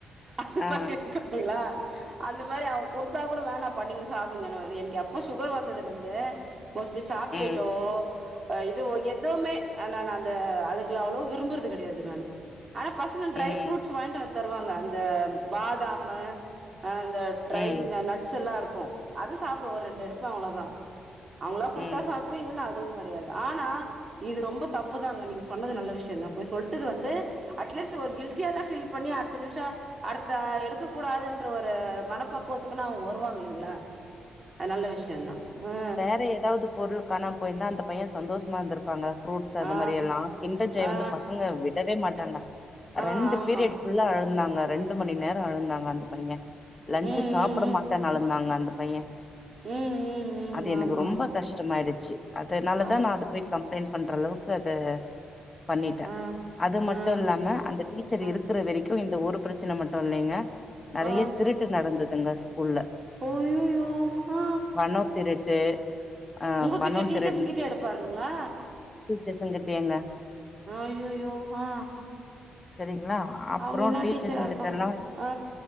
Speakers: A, on the right (about 40°); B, on the left (about 25°).
A: அது
B: ஆ
A: பாத்து <unintelligible> அந்த மாரி அவங்க குடுத்தா கூட வேணாம்பா நீங்க சாப்டுங்கனு எனக்கு எப்போ சுகர் வந்ததுலர்ந்து மோஸ்ட்லி சாக்லேட்டோ
B: ம்
A: அ இதுவோ எதுவுமே ஆனஆ நான் அந்த அதுக்குலா அவுளோவு விரும்புறுது கெடையாது நானு ஆனா பசங்க ட்ரை
B: ம்
A: ஃப்ரூட்ஸ் வாய்ங்ட்டு வந்து தருவாங்க அந்த பாதாமு அ அந்த ட்ரை
B: ம்
A: இந்த நட்ஸெல்லா இருக்கு அது சாப்டுவ ஒரு ரெண்டு எடுப்ப அவ்ளோதா அவுங்ளா குடுத்தா
B: ம்
A: சாப்டுவே இல்லன்னா அதுவு கெடையாது ஆனா இது ரொம்ப தப்புதாங்க நீங்க சொன்னது நல்ல விஷ்யந்தா போய் சொல்ட்டது வந்து அட்லீஸ்ட் ஒரு கில்ட்டியான ஃபீல் பண்ணி அடுத்த நிம்ஷோ அடுத்த எடுக்க கூடாதுன்ற ஒரு மனபக்குவத்துக்குன்னு அவ்ங்க வருவாங்க இல்லீங்ளா அது நல்ல விஷ்யந்தா ம
B: இல்வ எதாவது பொருள் காணாம் போய்ர்ந்தா அந்த பையன் சந்தோஷ்மா இர்ந்திரு ப்பாங்க ஃப்ரூட்ஸ் அந்த
A: ஆ
B: மாரி எல்லா கிண்டர் ஜாய
A: ஆ ஆ
B: வந்து பசங்க விடவே மாட்டாங்க
A: ஆ
B: ரெண்டு
A: ஆமா
B: பீரியட் ஃபுல்ல அழுந்தாங்க ரெண்டு மணி நேரோ அழுந்தாங்க அந்த பையன் லன்ச்சு
A: ம்
B: சாப்புட
A: ம்
B: மாட்டன் அழுந்தாங்க அந்த பையன்
A: ம் ம்
B: அது
A: ம்
B: எனக்கு
A: ஆமா
B: ரொம்ப
A: ஆமா
B: கஷ்டமாய்டுச்சு அதுனாலதான்
A: அப்டி
B: நான் அது போய் கம்ப்ளைண்ட் பண்ற அளவுக்கு அது பண்ணிட்ட
A: ஆ
B: அது மட்டு
A: ஆ
B: இல்லாம அந்த டீச்சர்
A: ஆ
B: இருக்கிற வரைக்கு இந்த ஒரு பிரச் சின மட்டும் இல்லைங்க நெறைய
A: ஓ
B: திருட்டு நடந்ததுங்க ஸ்கூல்ல
A: ஐயயோ அ
B: பணோ திருட்டு ஆ
A: உங்ககிட்ட
B: பணோ
A: டீச்சர்ஸ்ங்கிட்ட
B: திருடு
A: எடுப்பாருங்ளா
B: டீச்சர்ஸுங்கிட்டயேங்க
A: ஆ ஐயயோ ஆ
B: சரிங்ளா அப்புறோ
A: அவங்க என்ன
B: டீச்சர்ஸ்ங்
A: டீச்சரா இருப்பாங்க
B: கிட்டலா
A: ஆ